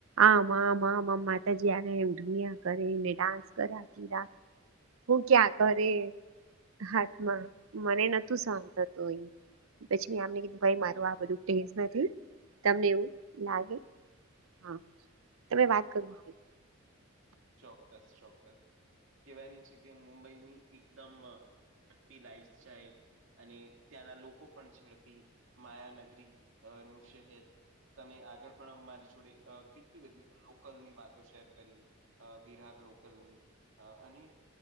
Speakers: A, on the right; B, on the right.
A: આમ આમ આમ માતાજી આવે એમ ધુણીયા કરીને ડાન્સ રા હું ક્યાં કરે હાથમાં મને નથી શુ સહન થતુ હોય, પછી આમને કીધું,
B: બહુ
A: મારે
B: સતી
A: આ ટેસ્ટ. નથી તમને એવું લાગે
B: હમ
A: હા તમે વાત કરો મારી.
B: ચોક્કસ ચોક્કસ કહેવાયની છે કે મુંબઈની એકદમ <unintelligible> લાઈફ સ્ટાઈલ. અને ત્યાંના લોકો પણ ઝડપી માયાનગરી અ નું શહેર. તમે આગળ પણ મારી જોડે કેટલી બધી લોકલની વાતો શેર કરી. અ વિરાહ લોકલની અ અને